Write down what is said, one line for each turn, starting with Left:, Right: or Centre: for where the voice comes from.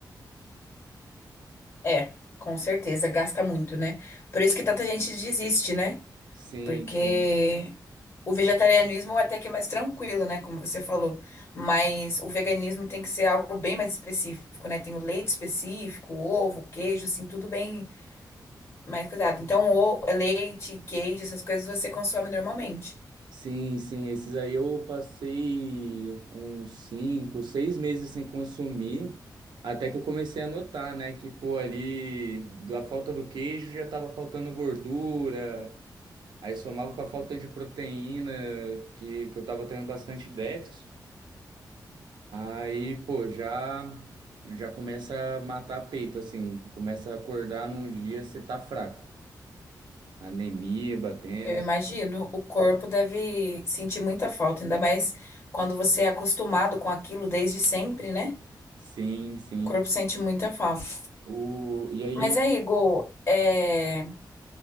Left: É, com certeza, gasta muito, né? Por isso que tanta gente desiste, né?
Right: Sim,
Left: Porque
Right: sim.
Left: o vegetarianismo é até que é mais tranquilo, né? Como você falou. Mas o veganismo tem que ser algo bem mais específico, né? Tem o leite específico, ovo, queijo, assim, tudo bem mais cuidado. Então, o leite, queijo, essas coisas você consome normalmente.
Right: Sim, sim, esses aí eu passei uns cinco, seis meses sem consumir, até que eu comecei a notar, né, que pô, ali da falta do queijo já tava faltando gordura, aí somava com a falta de proteína, que, que eu tava tendo bastante déficit, aí pô, já, já começa a matar peito, assim, começa a acordar num dia você tá fraco, anemia batendo,
Left: Eu imagino, o corpo deve sentir muita falta, ainda mais quando você é acostumado com aquilo desde sempre, né?
Right: sim, sim.
Left: O corpo sente muita falta.
Right: O, e aí
Left: Mas aí, Gu, é.